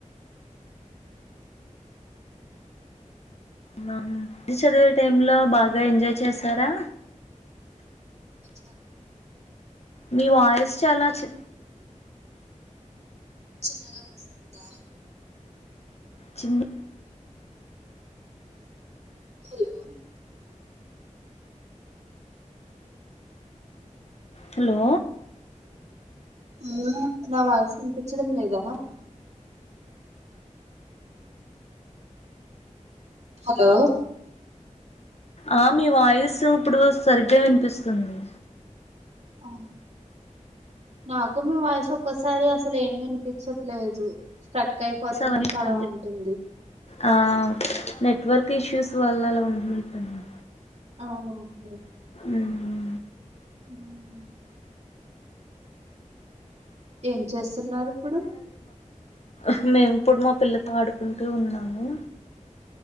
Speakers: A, on the left; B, on the right.
A: డిగ్రీ చదివే టైమ్ లో బాగా ఎంజాయ్ చేసారా
B: అచ్చ
A: మీ వాయిస్ చాలా చి
B: చిన్నగా వస్తుందా
A: చిన్న
B: హలో
A: హలో
B: ఉమ్ నా వాయిస్ వినిపించడం లేదా హలో
A: ఆ మీ వాయిస్ ఇప్పుడు సరిగ్గా వినిపిస్తుంది
B: ఆ నాకు మీ వాయిసు ఒక్కోసారి అసలు ఏమి అనిపించట్లేదు స్ట్రక్ అయిపోతున్నట్టు
A: అవన్నీ బా
B: అలా ఉంటుంది
A: ఆ నెట్వర్క్ ఇష్యూస్ వల్ల అలా ఉంటున్నట్టు ఉంది
B: ఆ వును
A: ఉమ్
B: ఉమ్ ఏం చేస్తున్నారు ఇప్పుడు
A: హు మేము ఇప్పుడు మా పిల్లతో ఆడుకుంటూ ఉన్నాము